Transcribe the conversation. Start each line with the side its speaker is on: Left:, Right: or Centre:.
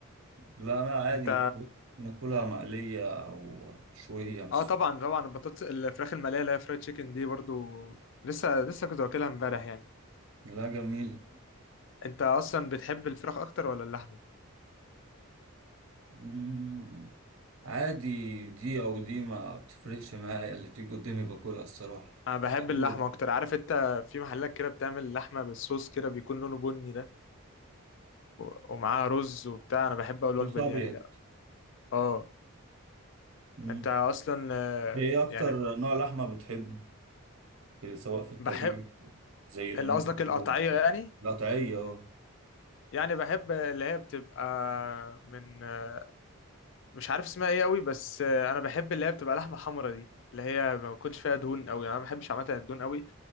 Right: لا انا عادي
Left: انت
Right: فراخ بناكلها مقلية او مشوية مش
Left: اه طبعا طبعا البطاطس الفراخ المقليه اللي هي فرايد تشيكن دي برضو لسه لسه كنت واكلها امبارح يعني
Right: لا جميل
Left: انت اصلا بتحب الفراخ اكتر ولا اللحمه
Right: مم. عادي دي او دي ما بتفرقش معايا اللي بتيجي قدامي باكلها الصراحة
Left: انا بحب
Right: في الاكل
Left: اللحمه اكتر عارف انت في محلات كده بتعمل لحمه بالصوص كده بيكون لونه بني ده و- ومعاها رز وبتاع انا بحب اول الوجبه
Right: صوص ابيض
Left: دي يعني اه
Right: مم.
Left: انت اصلا آه،
Right: ايه اكتر
Left: يعني
Right: نوع لحمة بتحب كده، سواء في الطبيخ
Left: بحب
Right: زي الموز
Left: اللي قصدك القطعيه
Right: كده
Left: يعني
Right: القطعية اه
Left: يعني بحب اللي هي بتبقى من آه، مش عارف اسمها ايه قوي بس آه، انا بحب اللي هي بتبقى لحمه حمرا دي اللي هي ما بيكونش فيها دهون قوي انا ما بحبش عامه الدهون قوي